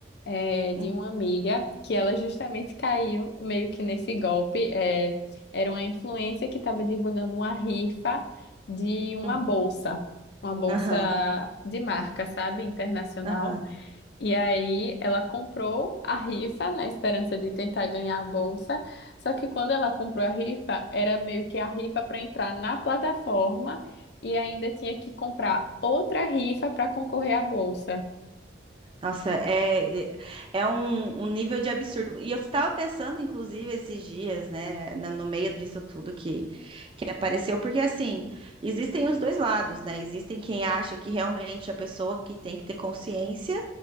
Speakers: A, on the left; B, on the right.
A: eh, de
B: Uhum,
A: uma amiga que ela justamente caiu meio que nesse golpe. eh, era uma influencer que estava divulgando uma rifa de uma
B: uhum,
A: bolsa, uma bolsa
B: Aham,
A: de marca, sabe, internacional.
B: aham.
A: E aí ela comprou a rifa na esperança de tentar ganhar a bolsa. Só que quando ela comprou a rifa, era meio que a rifa para entrar na plataforma e ainda tinha que comprar outra rifa para concorrer à bolsa.
B: Nossa, é, é é um, um nível de absurdo. E eu tava pensando, inclusive, esses dias, né, no, no meio disso tudo que, que apareceu, porque assim, existem os dois lados, né? Existem quem acha que realmente a pessoa que tem que ter consciência,